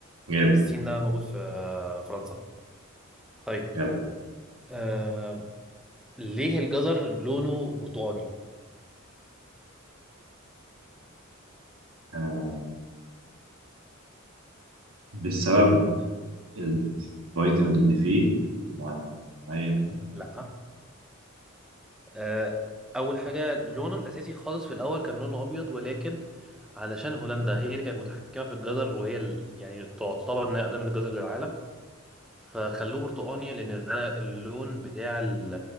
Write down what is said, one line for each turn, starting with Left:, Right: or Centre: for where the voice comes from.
Right: جامد
Centre: السين ده موجود في آه، فرنسا طيب
Right: جامد
Centre: آم، ليه الجزر لونه برتقاني
Right: آه بسبب الفيتامين اللي فيه مع- معين
Centre: لا آه، اول حاجه لونه الاساسي خالص في الاول كان لونه ابيض ولكن علشان هولندا هي اللي كانت متحكمه في الجزر وهي ال- يعني تعتبر انها اقدم من الجزر للعالم فخلوه برتقاني لان انا اللون بتاع ال-